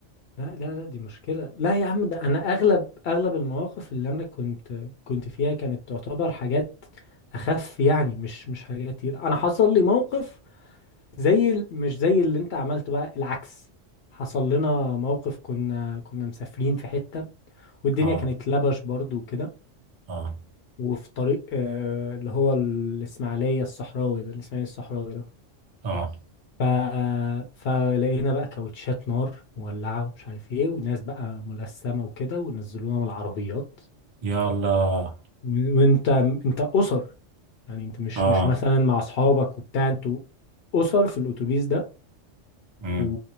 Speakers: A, on the left (about 60°); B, on the right (about 35°).
A: لا لا لا دي مشكلة لا يا عم ده انا اغلب اغلب المواقف اللي انا كنت كنت فيها كانت تعتبر حاجات اخف يعني مش مش حاجات كتير انا حصل لي موقف زي ال- مش زي اللي انت عملته بقى العكس حصل لنا موقف كنا كنا مسافرين في حتة والدنيا
B: اه
A: كانت لبش برضو وكده
B: اه
A: وفي طريق آه اللي هو الاسماعيلية الصحراوي ده الاسماعيلية الصحراوي ده
B: اه
A: ف... فلقينا بقى كاوتشات نار مولعة ومش عارف ايه وناس بقى ملثمة وكده ونزلونا من العربيات
B: يلا
A: و... وانت انت اسر يعني انت مش
B: اه
A: مش مثلا مع اصحابك وبتاع انتوا اسر في الاتوبيس ده
B: امم
A: و...